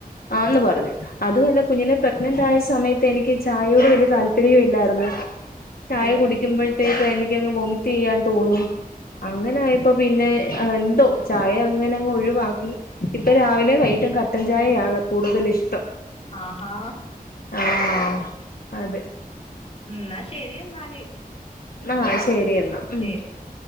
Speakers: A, on the left; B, on the left.
A: ആന്ന് പറഞ്ഞു. അതുവല്ല കുഞ്ഞിനെ പ്രഗ്നന്റ് ആയ സമയത്ത് എനിക്ക് ചായോട് വല്യ താല്പര്യവും ഇല്ലായിരുന്നു. ചായ
B: ഓ
A: കുടിക്കുമ്പഴത്തേക്കും അയിന് ക്കെങ് വൊമിറ്റ്യ്യാൻ തോന്നും. അങ്ങനായപ്പോ പിന്നെ എന്തോ ചായ അങ്ങനെങ്ങ് ഒഴിവാക്കി ഇപ്പൊ രാവിലെ വൈകട്ടും കട്ടൻ ചായയാണ് കൂടുതൽ ഇഷ്ടം
B: ആഹാ
A: ആഹ് അതെ
B: ന്നാ ശരി എന്നാല്
A: ആ ശരി. രി എന്നാ ഉം
B: ശരി എന്നാ